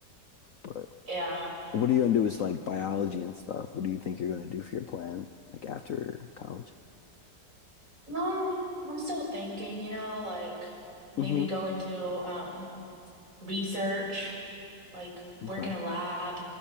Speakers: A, on the left; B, on the right.
A: But
B: Yeah.
A: what are you gonna do is like biology and stuff. What do you think you're gonna do for your plan like after college?
B: Um, I'm still thinking, you know, like maybe
A: Mm-hmm.
B: go into um research, like work
A: Okay.
B: in a lab.